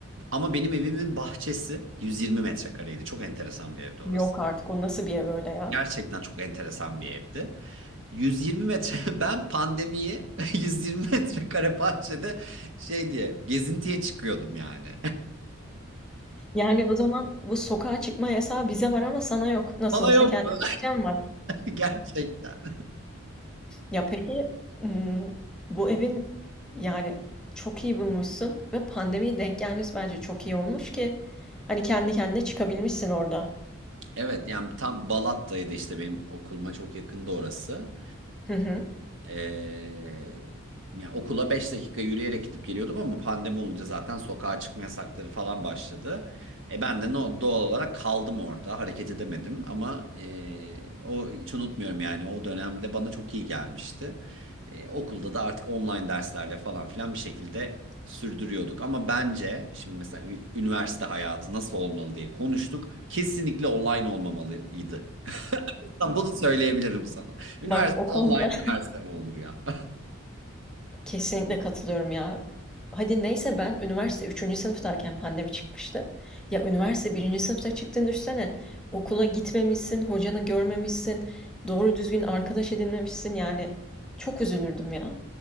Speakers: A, on the right; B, in the centre.
A: Ama benim evimin bahçesi 120 metrekareydi. Çok enteresan bir evdi orası.
B: Yok artık o nasıl bir ev öyle ya?
A: Gerçekten çok enteresan bir evdi. 120 metre <laughs> ben pandemiyi <laughs> 120 metrekare bahçede şey diye gezintiye çıkıyordum yani.
B: Yani o zaman bu sokağa çıkma yasağı bize var ama sana yok.
A: <laughs>
B: Nasıl
A: Bana
B: olsa
A: yoktu.
B: kendi bahçen var.
A: <laughs> Gerçekten.
B: Ya peki hmm, bu evin yani çok iyi bulmuşsun ve pandemiye denk gelmesi bence çok iyi olmuş ki hani kendi kendine çıkabilmişsin orada.
A: Evet yani tam Balat'taydı işte benim okuluma çok yakında orası.
B: Hı hı.
A: Ee, ya okula 5 dakika yürüyerek gidip geliyordum ama pandemi olunca zaten sokağa çıkma yasakları falan başladı. E ben de no- doğal olarak kaldım orada, hareket edemedim ama e, o hiç unutmuyorum yani o dönemde bana çok iyi gelmişti. E, okulda da artık online derslerle falan filan bir şekilde sürdürüyorduk ama bence şimdi mesela ü- üniversite hayatı nasıl olmalı diye konuştuk. Kesinlikle online olmamalıydı. <laughs> Bunu söyleyebilirim sana. Üniversite
B: Bak o
A: online
B: konuda
A: üniversite mi olur ya? <laughs>
B: Kesinlikle katılıyorum ya. Hadi neyse ben üniversite üçüncü sınıftayken pandemi çıkmıştı. Ya üniversite birinci sınıfta çıktığını düşünsene. Okula gitmemişsin, hocanı görmemişsin, doğru düzgün arkadaş edinmemişsin yani. Çok üzülürdüm ya.